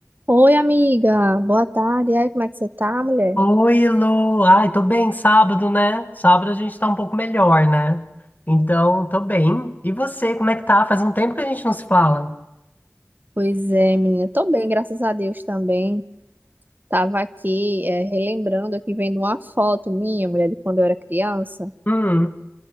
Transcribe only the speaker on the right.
Oi, amiga. Boa tarde. E aí, como é que você tá, mulher?
Pois é, menina. Tô bem, graças a Deus também. Tava aqui, é, relembrando aqui, vendo uma foto minha, mulher, de quando eu era criança.